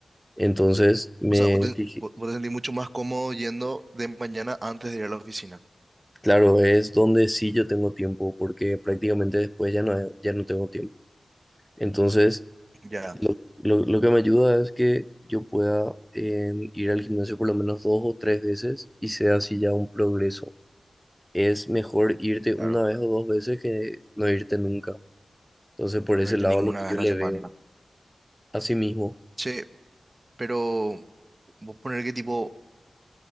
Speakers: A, in the centre; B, on the right.
A: Entonces, me
B: O sea, vos te,
A: fijé,
B: vos vos te sentís mucho más cómodo yendo de mañana antes de ir a la oficina.
A: claro, es donde sí yo tengo tiempo, porque prácticamente después ya no, ya no tengo tiempo. Entonces,
B: Ya,
A: lo, lo- lo que me ayuda es que yo pueda eh, ir al gimnasio por lo menos dos o tres veces y sea así ya un progreso. Es mejor irte
B: claro,
A: una vez o dos veces que no irte nunca. Entonces, por ese
B: no irte
A: lado,
B: ninguna
A: lo que
B: vez
A: yo
B: a la
A: le
B: semana.
A: veo. Así mismo.
B: Che, pero vos poner que tipo,